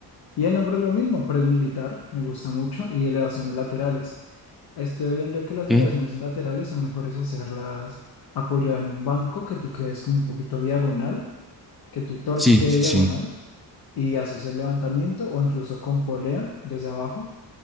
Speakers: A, on the left; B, in the centre.
A: Y en hombros lo mismo, press militar, me gusta mucho, y elevaciones laterales. Estoy viendo que las
B: Ok.
A: elevaciones laterales son mejores hacerlas apoyada en un banco, que tú quedes como un poquito diagonal, que tu torso
B: Sí,
A: quede
B: sí,
A: diagonal
B: sí.
A: y haces el levantamiento o incluso con polea desde abajo.